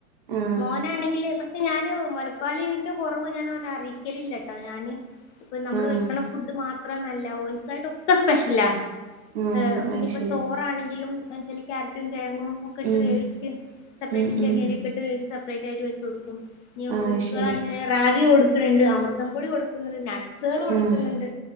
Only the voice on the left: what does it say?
മോനാണെങ്കില് പ ശെ ഞാന് മൊലപ്പാലിന്റെ കൊറവ് ഞാനോന റിയിക്കലില്ലട്ടോ ഞാന് ഇപ്പൊ നമ്മള്
വെക്കണ ഫുഡ് മാത്രന്നല്ല ഓൻക്കായിട്ടൊക്കെ സ്പെഷ്യല ആ
എ
ഞ്ഞിപ്പ
ചോറാണെങ്കിലുംച്ചല് ക്യാരറ്റും കെഴങ്ങും ഒക്കെട്ട്
വേവിച്ച് സപ്പറേറ്റ്
ചെറിയരിയൊക്കെട്ട്
വേവിച്ച് സപ്പറേറ്റ് ആയിട്ട് വെച്ചോടുക്കും ഇനി
കുറുക്ക്യേളാണെങ്കി
റാഗി കൊട്ക്ക്ണ്ണ്ട് അമൃതം പൊടി കൊടുക്കുന്നുണ്ട് നട്ട്സ് സേള് കൊടുക്ക്ന്ന്ണ്ട്